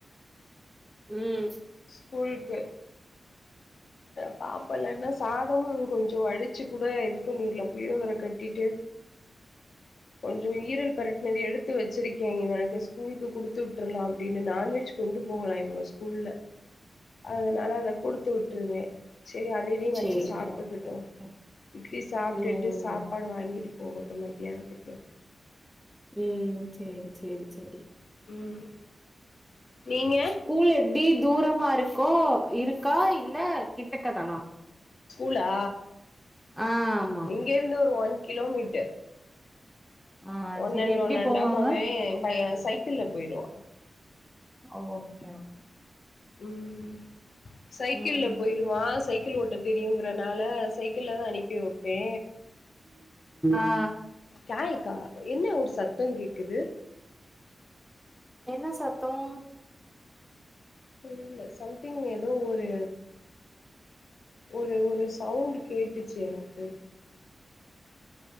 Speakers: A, in the centre; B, on the left.
A: ம்
B: ஸ்கூல்கு பாப்போ இலன்னா சாதமும் கொஞ்ச வடிச்சு கூட இது பண்ணிடலா புளியோகர கட்டிட்டு கொஞ்ச ஈரல் பெரட்டினது எடுத்து வச்சிருக் இவனுக்கு ஸ்கூல்கு குடுத்து விட்ரலா அப்டின்னு நான்வெஜ் கொண்டு போகலா இவங்க ஸ்கூல்ல அதனால அத குடுத்து விட்ருவே சேரி அதயு இதயு வச்சு
A: சேரி
B: சாப்டுக்கட்டு
A: ஓகே ஓகே
B: இட்லி சாப்டுட்டு
A: ம்
B: சாப்பாடு வாங்கி போகட்டு மத்தியானத்துக்கு
A: ம் சேரி சேரி சேரி
B: ம் நீங்க
A: ஸ்கூல் எப்டி தூரமா இருக்கோ இருக்கா இல்ல கிட்டக்க தானா
B: ஸ்கூலா
A: ஆ ஆமா
B: இங்க இருந்து ஒரு ஒன் கிலோமீட்டர்
A: ஆ
B: ஒன்
A: சேரி
B: அண்ட்
A: எப்டி
B: ஒன் அண்ட்
A: போவாங்க
B: ஆஃப் அவ பைய சைக்கிள்ல போயிருவா
A: ஓகே ஒ
B: ம் சைக்கிள்ல
A: ம்
B: போயிருவா சைக் கிள் ஓட்ட தெரியுங்கறனால சைக்கிள்ளதா அனுப்பி வப்பே
A: ஆ
B: காயக்கா என்ன ஒரு சத்தம் கேக்குது
A: என்ன சத்தம்
B: தெரியல சம்திங் எதோ ஒரு ஒரு ஒரு சவுண்ட் கேட்டுச்சு எனக்கு